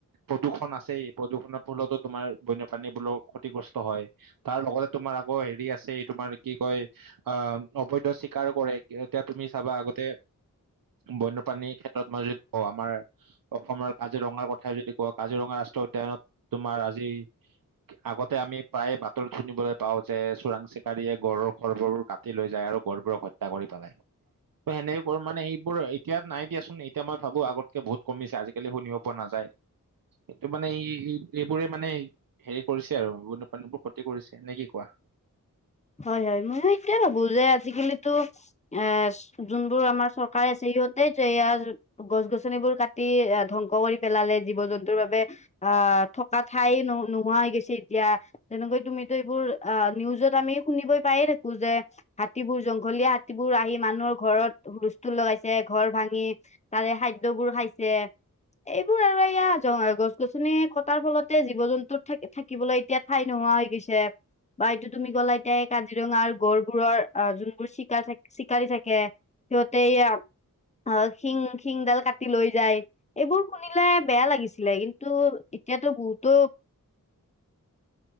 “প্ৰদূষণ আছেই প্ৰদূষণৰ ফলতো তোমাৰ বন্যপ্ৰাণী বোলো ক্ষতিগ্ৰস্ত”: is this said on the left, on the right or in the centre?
Right